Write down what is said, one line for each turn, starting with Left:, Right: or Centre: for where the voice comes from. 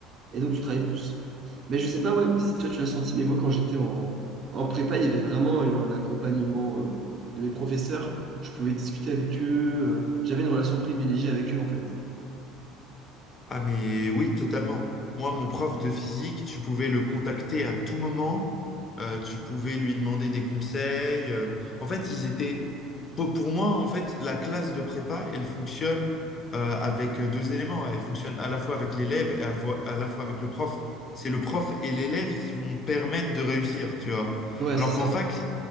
Right: donc, tu travailles plus. Mais je sais pas, ouais, si toi, tu l'as senti, mais moi, quand j'étais en, en prépa, il y avait vraiment eu un accompagnement euh, de mes professeurs. Je pouvais discuter avec eux. euh, j'avais une relation privilégiée avec eux, en fait.
Left: Ah, mais oui, totalement. Moi, mon prof de physique, tu pouvais le contacter à tout moment, euh, tu pouvais lui demander des conseils. euh. En fait, ils étaient. Pour, pour moi, en fait, la classe de prépa, elle fonctionne euh, avec deux éléments. Elle fonctionne à la fois avec l'élève et à, fo- à la fois avec le prof. C'est le prof et l'élève qui vont permettre de réussir, tu vois.
Right: Ouais,
Left: Alors
Right: c'est
Left: qu'en
Right: ça.
Left: fac,